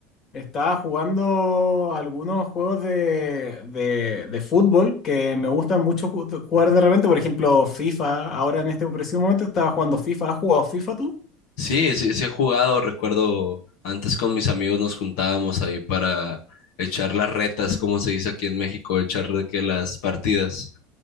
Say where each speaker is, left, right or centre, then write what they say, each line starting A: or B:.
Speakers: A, on the left; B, on the left.
A: Estaba jugando algunos juegos de, de, de fútbol que me gustan mucho ju- jugar de repente. Por ejemplo, FIFA. Ahora en este preciso momento estaba jugando FIFA. ¿Has jugado FIFA tú?
B: Sí, sí, sí he jugado. Recuerdo antes con mis amigos nos juntábamos ahí para echar las retas, como se dice aquí en México, echar de que las partidas.